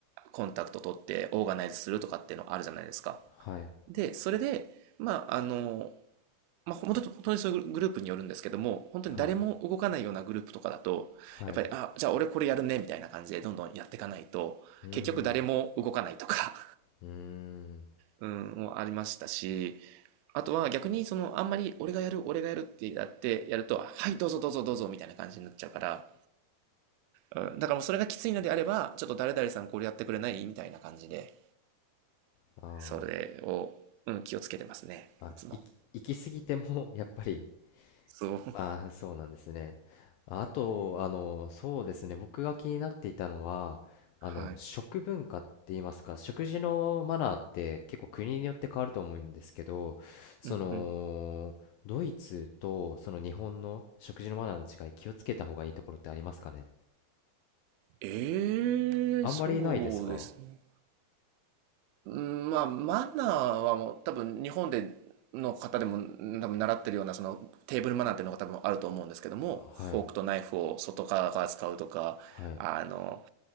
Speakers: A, on the right; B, on the left.
A: コンタクト取ってオーガナイズするとかっていうのあるじゃないですか。
B: はい。
A: で、それで、まあ、あの、まあ、本当に、本当にそういうグループによるんですけども、本当に誰も動かないようなグループとかだと、
B: はい。はい。
A: やっぱり、あ、じゃあ俺これやるね、みたいな感じでどんどんやっていかないと、
B: うーん。
A: 結局誰も動かないとか
B: うーん。
A: うん、もありましたし、あとは逆にそのあんまり俺がやる、俺がやるってやってやると、はいどうぞどうぞどうぞみたいな感じになっちゃうから、うん、だからもうそれがきついのであれば、ちょっと誰々さんこれやってくれないみたいな感じで、
B: あ
A: それを、うん、気をつけてますね。
B: ーあ、
A: いつも。
B: 行き、行き過ぎても、やっぱり
A: そう。
B: まあ、<laughs> そうなんですね。あと、あの、そうですね。僕が気になっていたのは、あの、
A: はい。
B: 食文化って言いますか、食事のマナーって結構国によって変わると思うんですけど、その、
A: うんうん。
B: ドイツとその日本の食事のマナーの違い、気をつけた方がいいところってありますかね。
A: ええー、
B: あんまりないですか
A: そうですね。うん、まあ、マナーはもう多分日本での方でもうん多分習ってるようなそのテーブルマナーっていうのが多分あると思うんですけども、
B: あはい、
A: フォークとナイフを外側から使うとか、
B: はい、
A: あの、